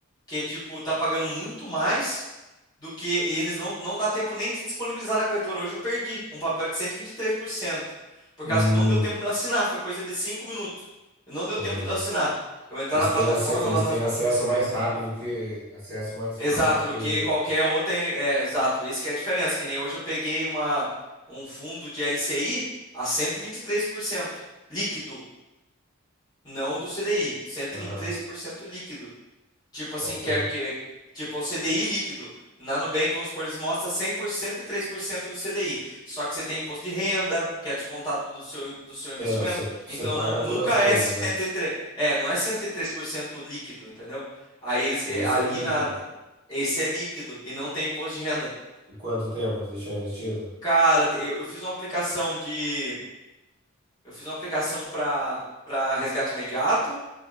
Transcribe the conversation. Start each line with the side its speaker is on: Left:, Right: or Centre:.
Left: que, tipo, tá pagando muito mais do que e eles não, não dá tempo nem de disponibilizar na corretora. Hoje eu perdi um papel de cento e e vinte e três por cento por
Right: Hum,
Left: causa que não deu tempo de eu assinar, foi coisa de 5 minutos. Não deu
Right: entendi.
Left: tempo de eu assinar. Eu entrar
Right: Eles
Left: na
Right: têm,
Left: plataforma
Right: ace- eles
Left: lá nas.
Right: têm acesso mais rápido que. Acesso mais
Left: Exato,
Right: fácil do que.
Left: do que qualquer outra. É, exato, esse que é a diferença. Que nem hoje eu peguei uma, um fundo de LCI a cento e e vinte e três por cento líquido, não do C D I, cento
Right: Aham,
Left: e e vinte e três por cento líquido. Tipo
Right: top,
Left: assim, que
Right: hein?
Left: é que, tipo o CDI líquido. Na Nubank, vamos supor, eles mostram 100% e 3% do CDI. Só que você tem imposto de renda, que é descontado do seu, do seu investimento.
Right: É, não, você você
Left: Então,
Right: paga
Left: nu- nunca
Right: todas as coisas,
Left: é 103
Right: né?
Left: é, não é 103% líquido, entendeu? Aí eles,
Right: E
Left: é,
Right: esse
Left: ali
Right: é líquido.
Left: na, esse é líquido e não tem imposto de renda.
Right: E quanto tempo de deixar investido?
Left: Cara, te- eu, eu fiz uma aplicação de, eu fiz uma aplicação para para resgate imediato,